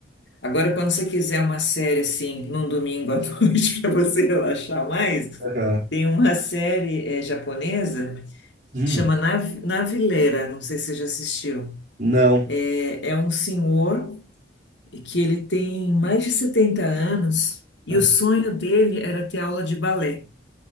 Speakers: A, on the left (about 75°); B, on the right (about 40°).
A: Agora, quando você quiser uma série assim, num domingo à <laughs> noite, para você relaxar mais,
B: Aham.
A: tem uma série eh, japonesa,
B: Hum.
A: chama Nav Navileira, não sei se você já assistiu.
B: Não.
A: É, é um senhor que ele tem mais de 70 anos e
B: É.
A: o sonho dele era ter aula de balé.